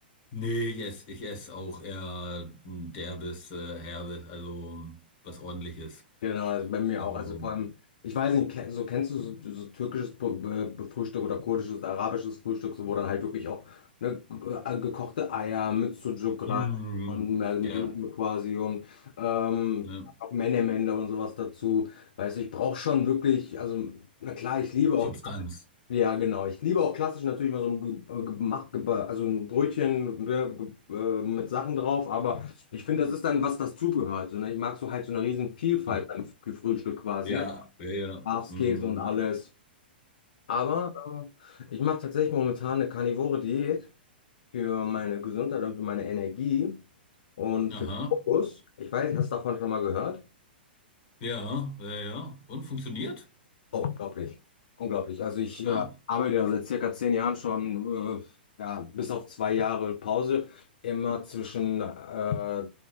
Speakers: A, on the left (about 45°); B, on the left (about 60°).
A: Nee, ich esse, ich esse auch eher ein derbes, äh, herbes, also was ordentliches.
B: Genau, also bei mir
A: Also,
B: auch. Also vor allem, ich weiß nicht, ke- so kennst du so, so türkisches Bu- Be- Be- Frühstück oder kurdisches, arabisches Frühstück, so wo dann halt wirklich auch ne, äh, gekochte Eier mit Sucuk
A: mm,
B: rein und mehr Blut
A: ja,
B: quasi und ähm,
A: ne?
B: auch Menemende und sowas dazu. Weißt du, ich brauche schon wirklich, also na klar, ich liebe auch
A: Substanz.
B: Ja, genau. Ich liebe auch klassisch natürlich mal so ein, ge- äh, gemacht, geba- also ein Brötchen ne, ge- äh, mit Sachen drauf, aber ich finde, das ist dann, was das zugehört So, ne? Ich mag so halt so eine riesen Vielfalt
A: Hm.
B: beim F- Frühstück quasi,
A: Ja,
B: ne?
A: ja, ja.
B: Schafskäse
A: Mm.
B: und alles. Aber äh, ich mache tatsächlich momentan eine karnivore Diät für meine Gesundheit und für meine Energie und für
A: Aha,
B: den Fokus. Ich weiß, hast du davon schon mal gehört?
A: ja, ja, ja. Und funktioniert?
B: Oh, Unglaublich, unglaublich. Also ich
A: Ah,
B: äh, arbeite ja seit circa zehn Jahren schon, äh, ja, bis auf zwei Jahre Pause, immer zwischen äh,